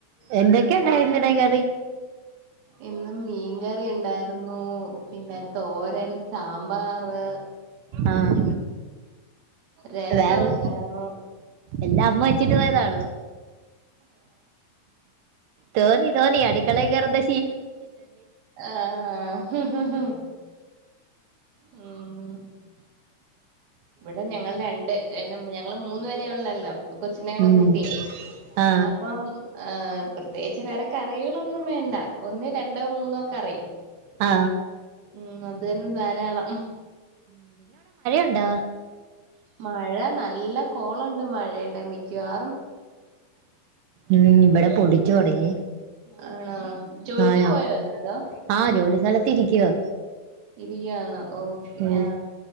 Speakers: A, on the right; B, on the right.
A: എന്തൊക്കെണ്ടായിരിന്നാടാ?
B: ഇന്നും മീൻകറി ഉണ്ടായിരുന്നൂ പിന്നെ തോരൻ, സാമ്പാറ്
A: ആഹ
B: രസം
A: വേറെ
B: ഉണ്ടായിരുന്നു
A: എന്റെറെ അമ്മ വെച്ചിട്ട് പോയതാണ്. ധോണി ധോണി അടിക്കളകറ ദ
B: ആഹഹ്ഹ്ഹ്! ഉം ഇവിടെ ഞങ്ങ രണ്ട് രണ്ട് ഞങ്ങള് മൂന്ന വരെയ ഉള്ളല്ലോ. കൊച്ചനടെ
A: ഉം.
B: കൂട്ടിയേ
A: ആ
B: അപ്പം ആഹ് പ്രത്യേകിച്ച് വേറെ കറികളൊന്നും വേണ്ട ഒന്ന് എണ്ടോ മൂന്നോ കറി
A: ആ
B: ഉം അത് തന്നെ ധാരാളം
A: ണ്ട
B: മഴ നല്ല കോളുണ്ട് മഴയുടെ മിക്കുവാ
A: ഉ ഇവിടെ പൊടിച്ചു തുടങ്ങി
B: ആണോ ജോലിക്ക്
A: ആ
B: പോയോ
A: ആ
B: ഇന്ന് അതോ?
A: ആ ജോലി സ്ഥലത്ത് ഇരിക്കുവോ
B: ഇരിയാന്നോ ഓക്കെ
A: ഓ.
B: ആ